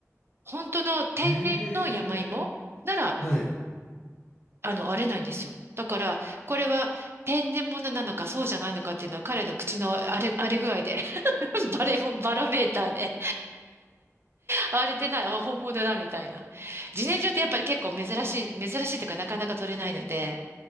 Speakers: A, on the right; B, on the left.
A: 本当の天然の山芋なら、
B: へえ。はい。
A: あの、割れないんですよ。だから、これは天然物なのかそうじゃないのかっていうのは彼の口の荒れ、荒れ具合で <laughs> バレモン、バロメーターで荒れてない、あ本物だみたいな。自然薯ってやっぱり結構珍しい、珍しいというかなかなか取れないので、